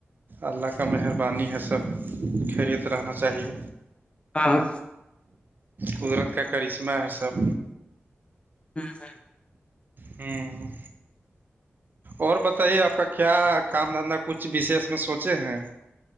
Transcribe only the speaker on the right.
اللہ کا مہربانی ہے سب خیریت رہنا چاہیے
قدرت کا کرشمہ ہے سب
ہوں اور بتائیے آپ کا کیا کام دھندا کچھ وشیس میں سوچے ہیں